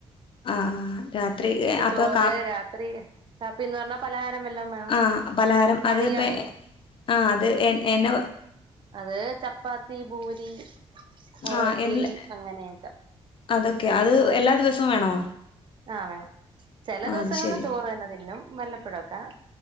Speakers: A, on the left; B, on the right.
A: ആഹ് രാത്രി
B: ഉച്ചയ്ക്ക്
A: അപ്പൊ
B: ചോറ്
A: കാ
B: രാത്രി, കാപ്പീന്ന് പറഞ്ഞാ പലഹാരം വെല്ലോം വേണം.
A: ആഹ് പലഹാരം
B: തടികളെ
A: അത് ഇപ്പ ആഹ് അത് എൻ എന്ന
B: അത് ചപ്പാത്തി പൂരി ഒറട്ടി
A: ആഹ് എൻലെ,
B: അങ്ങനെയൊക്കെ
A: അതൊക്കെ അത് എല്ലാ ദിവസവും വേണോ
B: ആഹ് വേണം. ചെല
A: ആഹ്
B: ദിവസങ്ങളില്
A: അത് ശരി
B: ചോറ് തന്നെ തിന്നും. വല്ലപ്പൊഴൊക്കെ,